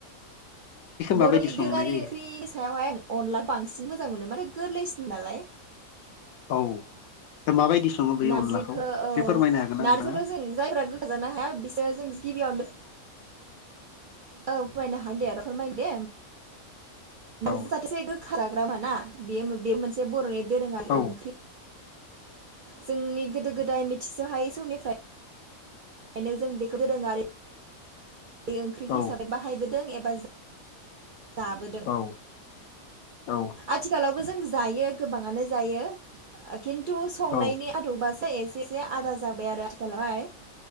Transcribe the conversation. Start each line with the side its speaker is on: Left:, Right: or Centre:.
Left: माबायदि
Right: बर'नि
Left: संनाय
Right: दोरोङारि
Left: जायो
Right: ओंख्रिनि सायावहाय आं अनला बांसिन मोजां मोनो माने गोरलैसिन नालाय
Left: औ दा माबायदि सङो बे
Right: नारजिखौ
Left: अनलाखौ एसे
Right: औ
Left: फोरमायनो हागोन ना
Right: नारजिखौथ'
Left: नोंथाङा
Right: जों जायफ्रा गोखा जानो हाया बिसोरो जों गिबियावनो औ फोरमायनो हागोन दे आरो फोरमायनो दे
Left: औ
Right: होनबा <unintelligible> <unintelligible> ना बेयो बे मोनसे बर'नि दोरोङारि
Left: औ
Right: ओंख्रि जोंनि गोदो गोदाय मिथिस'हायै समनिफ्राय ओंखायनो जों बेखौ दोरोङारि ओंख्रि
Left: औ
Right: हिसाबै बाहायबोदों एबा जाबोदों
Left: औ औ
Right: आथिखालावबो जों जायो गोबाङानो जायो खिन्थु संनायनि
Left: औ
Right: आदबासो एसे एसे आदा जाबाय आरो आथिखालावहाय